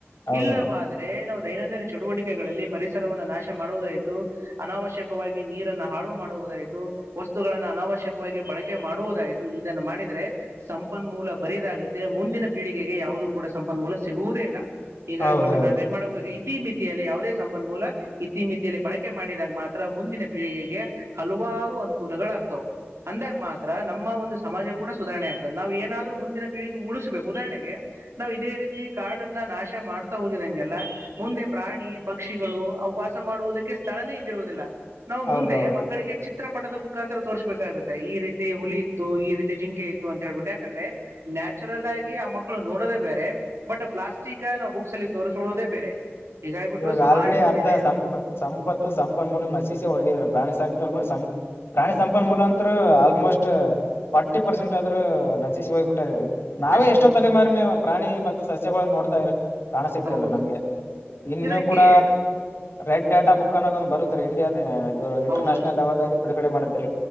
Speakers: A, on the left; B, on the right.
A: ಹೌದ್ರಿ
B: ಇಲ್ಲವಾದ್ರೆ ನಾವು ದೈನಂದಿನ ಚಟುವಟಿಕೆಗಳಲ್ಲಿ ಪರಿಸರವನ್ನು ನಾಶ ಮಾಡುವುದ ಅನಾವಶ್ಯಕವಾಗಿ ನೀರನ್ನು ಹಾಳು ಮಾಡುವುದಾಯ್ತು ವಸ್ತುಗಳನ್ನು ಅನಾವಶ್ಯಕವಾಗಿ ಬಳಕೆ ಮಾಡುವುದಾಯ್ತು ಇದನ್ನು ಮಾಡಿದ್ರೆ ಸಂಪನ್ಮೂಲ ಬರಿದಾಗುತ್ತೆ ತೆ ಮುಂದಿನ ಪೀಳಿಗೆಗೆ ಯಾವುದು ಕೂಡ ಸಂಪನ್ಮೂಲ ಸಿಗುವುದೇ ಇಲ್ಲ ಈಗ
A: ಹೌದೌದು
B: ಆಗ್ಬಿಟ್ಟು ನಾವ್ ಏನ್ ಮಾಡಬೇಕ ಈ ಇತಿ ಮಿತಿಯಲ್ಲಿ ಯಾವುದೇ ಸಂಪನ್ಮೂಲ ಇತ್ತೀಮಿತಿಯಲ್ಲಿ ಬಳಕೆ ಕೆ ಮಾಡಿದಾಗ ಮಾತ್ರ ಮುಂದಿನ ಪೀಳಿಗೆಗೆ ಹಲವಾರು ಅನುಕೂಲಗಳಾಗ ಆಗ್ತವು ಅಂದಾಗ ಮಾತ್ರ ನಮ್ಮ ಒಂದು ಸಮಾಜ ಕೂಡ ಸುಧಾರಣೆ ಆಗ್ತದೆ ನಾ್ ಏನಾದರೂ ಮುಂದಿನ ಪೀಳಿಗೆ ಉಳಿಸ್ಬೇಕು ಉದಾಹರಣೆಗೆ ನಾವು ಇದೇ ರೀತಿ ಕಾಡನ್ನ ನಾಶ ಮಾಡ್ತಾ ಹೋಗಿದಂಗೆಲ್ಲ ಮುಂದೆ ಪ್ರಾಣಿ ಪಕ್ಷಿಗಳು ಅವುಕ್ ವಾಸ ಮಾಡುವುದಕ್ಕೆ ಸ್ಥಳನೆೇ ಇದ್ದಿರುವುದಿಲ್ಲ ನಾವು
A: ಹೌದೌದು
B: ಮುಂದೆ ಮಕ್ಕಳಿಗೆ ಚಿ ಚಿತ್ರ ಪಟದ ಬುಕ್ ಅಂತ ತೋರಿಸ್ಬೇಕಾಗುತ್ತೆ ಈ ರೀತಿ ಹುಲಿ ಇತ್ತು ಈ ರೀತಿ ಜಿಂಕೆ ಇತ್ತು ಅಂತ ಹೇಳ್ಬಿಟ್ಟು ಯಾಕಂದ್ರೆ ನ್ಯಾಚುರಲ್ ಆಗಿ ಆ ಮಕ್ಕಳು ನೋಡೋದೇ ಬೇರೆ ಬಟ್ ಪ್ಲಾಸ್ಟಿಕ್ ನಾವು ಬುಕ್ಸ್ ಅಲ್ಲಿ ತೋರಿಸೊಳ್ಳೋದೇ ಬೇರೆ ಹೀಗಾಗ್ಬಿಟ್ಟು
A: ಇವಾಗ
B: ಸಮಾಜದ
A: ಆಲ್ರಡಿ ಅರ್ಧ
B: ಮೇಲೆ
A: ಸಂಪ ಪ್ಪತ್ತು ಸಂಪನ್ಮೂಲಕ ನಸಿಸಿ ಹೋಗಿದರಿ ಪ್ರಾಣಿ ಸಂಕಲ್ಪ ಸಂಕ ಪ್ರಾಣಿ ಸಂಪನ್ಮೂಲ ಅಂತ ಆಲ್ಮೋಸ್ಟ್ ಫಾರ್ಟಿ ಪರ್ಸೆಂಟ್ ಆದ್ರೂ ನಚಿಸಿ ಹೋಗ್ಬಿಟ್ಟದ್ರರಿ ನಾವೇ
B: ನಶಿಸಿ
A: ಎಷ್ಟೊ
B: ಹೋಗ
A: ತಲೆ ಮಾರನೇ ಪ್ರಾಣಿ ಮತ್ತೆ ಸ ನ್ನ ನೋಡ್ತಾ ಇ್ರ ಕಾಣಸಕ್ತಲ್ರ
B: ಹೌದು
A: ನಮ್ಗೆ ಇನ್ನು
B: ಇದಕ್ಕೆ
A: ಕೂಡ ರೆಡ್ ಡಾಟಾ ಬುಕ್ ಅನ್ನದೊಂದು ಬರುತ್ತ ರ ಇಂಡಿಯಾ ಇಂಟರ್ನ್ಯಾಷನಲ್
B: ಹೌದು
A: ಲೆವಲ್ಲ್ಲಿ ಬಿಡುಗಡೆ ಮಾಡ ಮತ್ರಿ